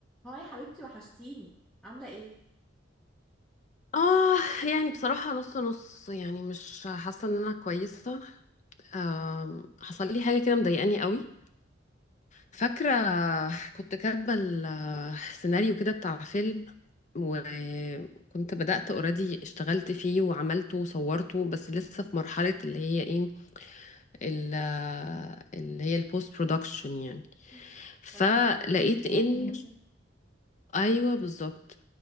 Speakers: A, in the centre; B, on the left (about 40°).
A: هاي حبيبتي وحشتيني عاملة ايه؟
B: اه يعني بصراحة نص نص يعني مش حاسة ان انا كويسة آم، حصل لي حاجة كده مضايقاني قوي فاكرة كنت كاتبة السيناريو كده بتاع فيلم وكنت بدأت اوريدي اشتغلت فيه وعملته وصورته بس لسه في مرحلة اللي هي ايه ال- اللي هي البوست برودكشن يعني
A: مم.
B: فلقيت
A: المونتاج والصوت
B: ان
A: وكده
B: ايوه بالظبط